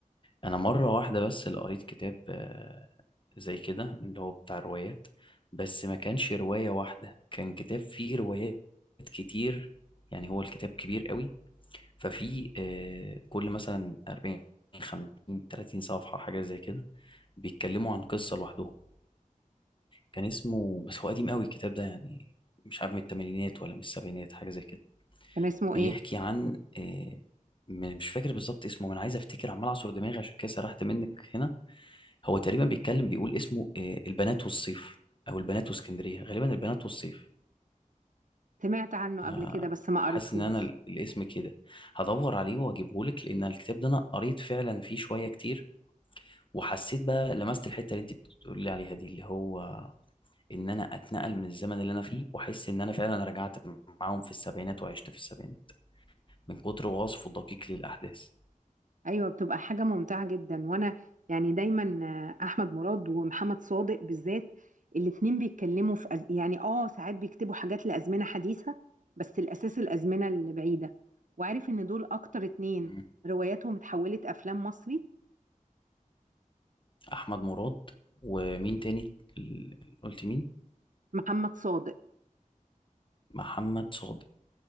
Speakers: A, on the left (about 35°); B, on the right (about 65°).
A: انا مره واحده بس اللي قريت كتاب آه، زي كده من اللي هو بتاع الروايات بس ما كانش روايه واحده كان كتاب فيه روايات كتير يعني هو الكتاب كبير قوي ففي آه، كل مثلا 40 50 30 صفحه حاجه زي كده بيتكلموا عن قصه لوحدهم كان اسمه بس هو قديم قوي الكتاب ده يعني مش عارف من الثمانينات ولا من السبعينات حاجه زي كده
B: اسمه
A: بيحكي
B: إيه
A: عن آه، م- مش فاكر بالظبط اسمه ما انا عايز افتكر عمال اعصر دماغي عشان كده سرحت منك هنا هو تقريبا بيتكلم بيقول اسمه آه، البنات والصيف او البنات واسكندريه غالبا البنات والصيف
B: سمعت عنه
A: انا
B: قبل كده بس ما
A: حاسس
B: قريتهوش
A: ان انا ال- الاسم كده هدور عليه واجيبه لك لان الكتاب ده انا قريت فعلا فيه شويه كتير وحسيت بقى لمست الحته اللي انت بتقولي لي عليها دي اللي هو ان انا اتنقل من الزمن اللي انا فيه واحس ان انا فعلا رجعت معاهم في السبعينات وعشت في السبعينات من كتر وصفه الدقيق للاحداث
B: ايوه بتبقى حاجه ممتعه جدا وانا يعني دايما آه، احمد مراد ومحمد صادق بالذات الاتنين بيتكلموا في أز... يعني اه ساعات بيكتبوا حاجات لازمنه حديثه بس الاساس الازمنه اللي بعيده وعارف ان دول اكتر اتنين
A: مم.
B: رواياتهم اتحولت افلام مصري
A: احمد مراد ومين تاني ال- قلت مين
B: محمد صادق
A: محمد صادق